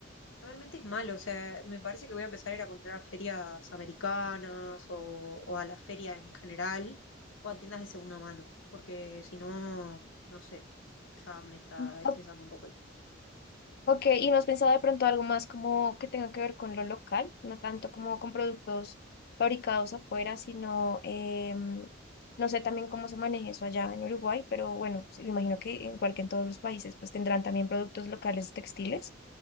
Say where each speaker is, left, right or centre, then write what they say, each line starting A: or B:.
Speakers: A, on the left; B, on the left.
A: realmente es malo, o sea, me parece que voy a empezar a ir a comprar a ferias americanas o, o a la feria en general, o a tiendas de segunda mano, porque si no, no sé, ya me está
B: Ujú.
A: estresando un poco el
B: Ok, ¿y no has pensado de pronto algo más como que tenga que ver con lo local? No tanto como con productos fabricados afuera, sino, em, no sé también cómo se maneja eso allá en Uruguay, pero bueno, sí, me imagino que igual que en todos los países, pues tendrán también productos locales textiles